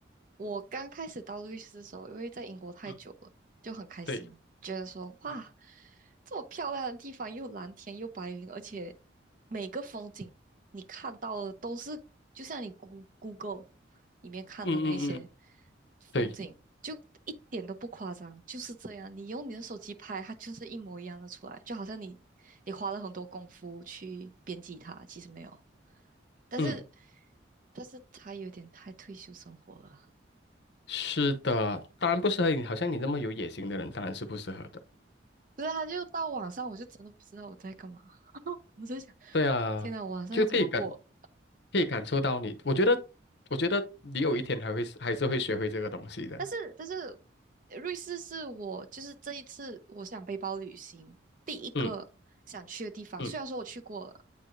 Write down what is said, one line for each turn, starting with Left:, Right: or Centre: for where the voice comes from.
Right: 我刚开始当律师的时候，因为在英国太久了，
Left: 嗯
Right: 就很开心，
Left: 对，
Right: 觉得说哇，
Left: 嗯
Right: 这么漂亮的地方，又蓝天又白云，而且每个风景你看到的都是，就像你 Goo- Google 里面看的那些
Left: 嗯嗯嗯，
Right: 风景，
Left: 对，
Right: 就一点都不夸张，就是这样。你用你的手机拍，它就是一模一样的出来，就好像你你花了很多功夫去编辑它，其实没有，但是
Left: 嗯，
Right: 但是它有点太退休生活了。
Left: 是的，当然不适合你，好像你那么有野心的人，当然是不适合的。
Right: 不是，他就到晚上，我就真的不知道我在干嘛。<laughs> 我在想，
Left: 对啊，
Right: 天呐，我晚上要怎么过？
Left: 就可以感可以感受到你，我觉得，我觉得你有一天还会还是会学会这个东西的。
Right: <laughs> 但是，但是，瑞士是我就是这一次我想背包旅行第一个想去的地方。
Left: 嗯嗯
Right: 虽然说我去过了，